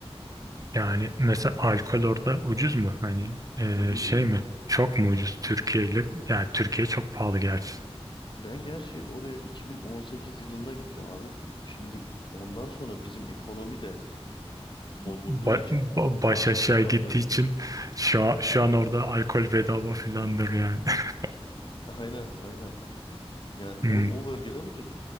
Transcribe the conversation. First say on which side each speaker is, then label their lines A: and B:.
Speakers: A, on the right; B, on the left.
A: Yani mesela alkol orada ucuz mu? Hani e,
B: Ucuz
A: şey
B: ucuz.
A: mi? Çok mu ucuz Türkiye ile? Yani Türkiye çok pahalı gerçi.
B: Ben gerçi oraya 2018 yılında gittim abi. Şimdi ondan sonra bizim ekonomi de bozulduğu
A: Ba-
B: için
A: ba-
B: o karşılaştıramıyorum.
A: baş aşağı gittiği için şu an, şu an orada alkol bedava filandır yani. <laughs>
B: <laughs> Aynen aynen. Yani
A: Hmm,
B: o, o bölgeler ucuz.